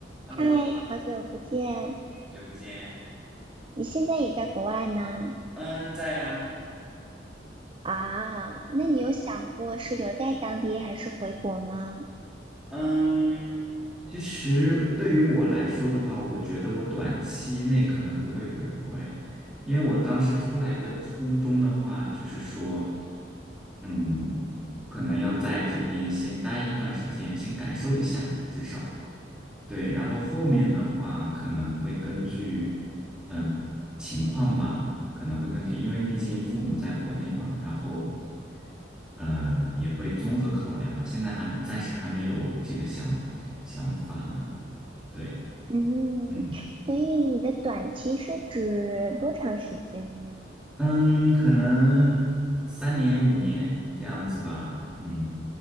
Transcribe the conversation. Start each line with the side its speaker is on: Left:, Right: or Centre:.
Centre: Hello，
Right: 嗨，
Centre: 好
Right: 好久不见！
Centre: 久不见。
Right: 你现在也在国外吗？
Centre: 嗯，在啊。
Right: 啊，那你有想过是留在当地还是回国吗？
Centre: 嗯，其实对于我来说的话，我觉得我短期内可能不会回国耶，因为我当时出来的初衷的话，就是说，嗯，可能要在这边先待一段时间，先感受一下，至少。对，然后后面的话可能会根据，
Right: 嗯
Centre: 嗯，情况吧，可能会根据，因为毕竟父母在国内嘛，然后，呃，也会综合考量嘛。现在还暂时还没有这个想想法呢。对，
Right: 嗯，
Centre: 嗯
Right: 所以你的短期是指多长时间呢？
Centre: 嗯，可能三年五年这样子吧。嗯，